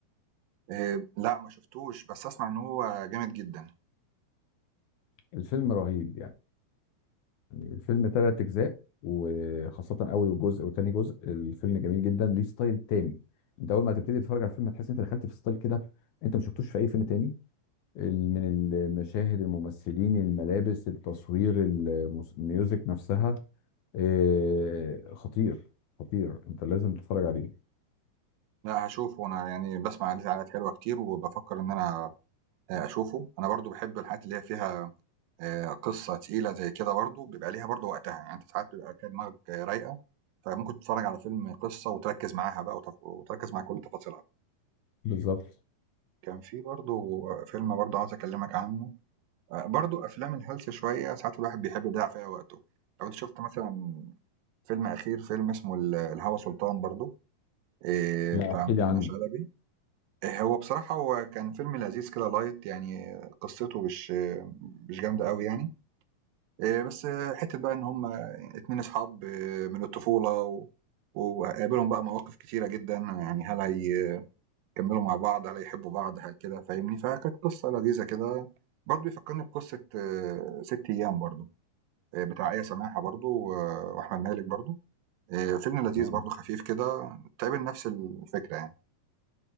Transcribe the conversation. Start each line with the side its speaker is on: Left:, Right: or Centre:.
Right: آه، لا ما شفتوش بس اسمع ان هو جامد جدا
Left: الفيلم رهيب يعني الفيلم ثلاث اجزاء وخاصه اول جزء وتاني جزء الفيلم جميل جدا ليه ستايل تاني انت اول ما تبتدي تتفرج على الفيلم هتحس انت دخلت في ستايل كده انت ما شفتوش في اي فيلم تاني ال- من المشاهد الممثلين الملابس التصوير الموس- الميوزك نفسها آه، خطير خطير انت لازم تتفرج عليه
Right: لا هشوفه انا يعني بسمع عليه حاجات حلوه كتير وبفكر ان انا آه، اشوفه انا برضو بحب الحاجات اللي هي فيها آه، قصه تقيله زي كده برضو بيبقى ليها برضو وقتها يعني انت ساعات بيبقى كده دماغك آه، رايقه فممكن تتفرج على فيلم قصه وتركز معاها بقى وتف... وتركز مع كل تفاصيلها
Left: بالظبط
Right: كان في برضو فيلم برضو عاوز اكلمك عنه آه، برضو افلام الهلس شويه ساعات الواحد بيحب يضيع فيها وقته لو انت شفت مثلا فيلم أخير فيلم اسمه ال الهوى سلطان برضه آآ
Left: لا
Right: بتاع
Left: احكي لي عنه
Right: منة شلبي، آآ هو بصراحة هو كان فيلم لذيذ كده light يعني قصته مش مش جامدة أوي يعني، آآ بس حتّة بقى إن هم 2 أصحاب إيه، من الطفولة و وقابلهم بقى مواقف كتيرة جدًا، يعني هل هيكمّلوا مع بعض، هل هيحبّوا بعض، هل كده فاهمني؟ فكانت قصة لذيذة كده، برضه بيفكّرني بقصة 6 أيام برضه، آآ بتاع آية سماحة برضه و وأحمد مالك برضه. آه، فيلم
Left: تمام
Right: لذيذ برضه خفيف كده تقابل نفس الفكرة يعني